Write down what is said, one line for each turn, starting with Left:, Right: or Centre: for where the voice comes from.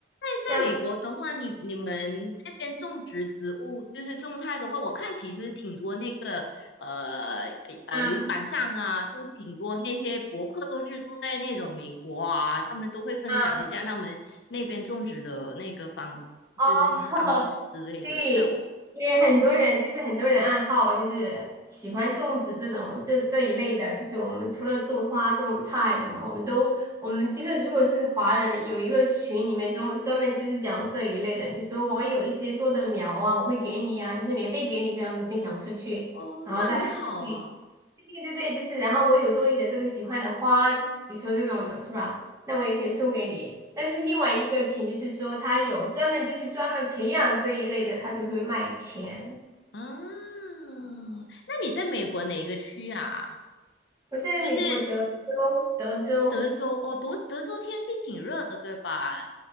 Left: 在美国的话，
Right: 像，
Left: 你你们那边种植植物，就是种菜的话，我看其实挺多那个呃呃油管上啊，
Right: 啊
Left: 都挺多那些博客都是住在那种美国啊，他们都会分享一下他们那边种植的那个方，
Right: 啊哦，
Left: 就是方式之类的那种。
Right: <laughs> 对，因为很多人就是很多人爱好就是喜欢种植这种这这一类的，就是我们除了种花、种菜什么，我们都我们就是如果是华人，有一个群里面专门专门就是讲这一类的，比如说我有一些多的苗啊，我会给你呀、就是免费给你这样子分享出去，
Left: 哦，
Right: 然后大家都可以。
Left: 那很好啊
Right: 对对对，就是，然后我有多余的这个喜欢的花，比如说这种的是吧？那我也可以送给你。但是另外一个群就是说，他有专门就是专门培养这一类的，他就会卖钱。
Left: 啊！那你在美国哪个区啊？
Right: 我在美国德州，
Left: 就是
Right: 德州，
Left: 德州哦，德德州天气挺热的，对吧？